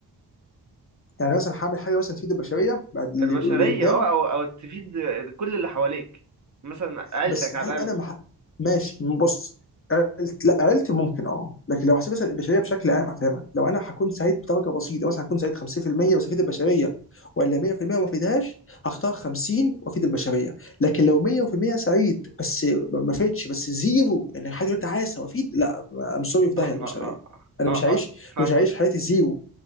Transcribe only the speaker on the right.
البشريه
اه او او تفيد كل اللي حواليك مثلا عيلتك
على
الاقل
اه
اه اه اه
اه
آه، فاهمك